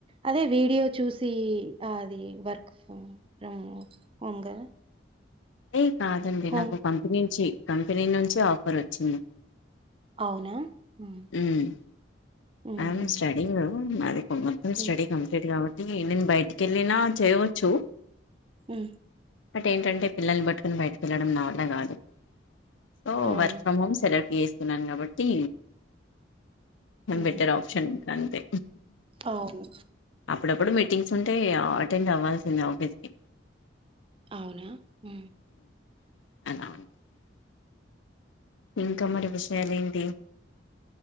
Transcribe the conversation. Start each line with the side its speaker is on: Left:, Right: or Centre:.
Right: అదే వీడియో చూసి అది work from from home home కదా.
Left: ఏ కాదండి
Right: హోమ్
Left: నాకు కంపెనీ నుంచి కంపెనీ నుంచి ఆఫర్ వచ్చింది.
Right: అవునా ఉమ్
Left: హ్
Right: ఉహు
Left: ఆమ్ స్టడింగ్ అది మొత్తం స్టడీ
Right: ఉమ్
Left: కంప్లీట్ కాబట్ నేను బయటికి వెళ్ళిన చేయవచ్చు.
Right: హ్
Left: బట్ ఏంటంటే పిల్లల్ని పట్టుకొని బయటకి వెళ్ళడం నా వల్ల కాదు. సో
Right: అవును
Left: వర్క్ ఫ్రమ్ హోమ్ సెలెక్ట్ చేసి కున్నాను కాబట్టి
Right: ఉమ్
Left: బెటర్ ఆప్షన్. అంతే
Right: అవును
Left: అప్పుడప్పుడు మీటింగ్స్ ఉంటయి అటెండ్ అవ్వాల్సిందే ఆఫీస్కి.
Right: అవునా హ్
Left: <inaudible> ఇంకా మరి విషయాలు ఏంటి.